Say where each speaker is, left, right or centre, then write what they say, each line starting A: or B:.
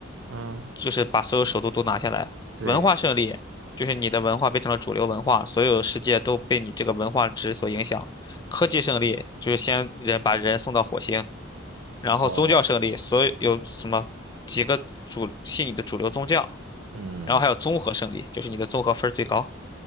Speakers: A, on the right (about 75°); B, on the left (about 20°).
A: 嗯，
B: 就是把所有首都都拿下来；
A: 对，
B: 文化胜利，就是你的文化变成了主流文化，所有世界都被你这个文化值所影响；科技胜利，就是先人把人送到火星。然后宗教胜利，
A: 哦，
B: 所有有什么几个主信你的主流宗教，
A: 嗯，
B: 然后还有综合胜利，就是你的综合分儿最高，